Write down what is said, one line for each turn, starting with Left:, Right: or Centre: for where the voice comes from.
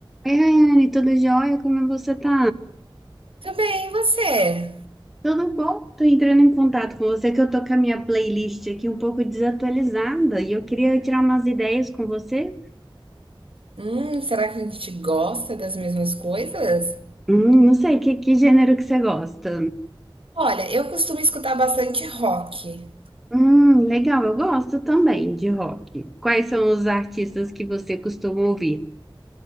Centre: Oi, Rayane, tudo jóia? Como você tá?
Right: também e você?
Centre: Tudo bom? Tô entrando em contato com você que eu tô com a minha playlist aqui um pouco desatualizada e eu queria tirar umas ideias com você.
Right: Hum, será que a gente gosta das mesmas coisas?
Centre: Hum, não sei, que, que gênero que você gosta?
Right: Olha, eu costumo escutar bastante rock.
Centre: Hum, legal, eu gosto também de rock. Quais são os artistas que você costuma ouvir?